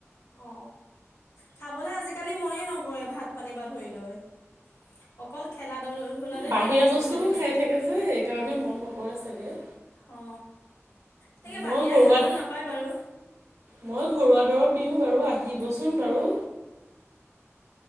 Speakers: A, on the left (about 75°); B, on the right (about 85°).
A: অ খাবলে আজিকালি মনেই নকৰে, ভাত পানী বা ধৰি লৈ অকল খেলা ধ ধূলাতে
B: বাহিৰা
A: তাই ব্যস্ত
B: বস্তুবোৰ
A: হৈ
B: খাই থাকে যে সেইকাৰণে মন নকৰে চাগে।
A: অ তাকে
B: মই
A: বাহিৰা
B: ঘৰুৱাত
A: খাবলৈ নাপায় বাৰু।
B: মই ঘৰুৱা দৰৱ দিওঁ বাৰু আহিবচোন বাৰু।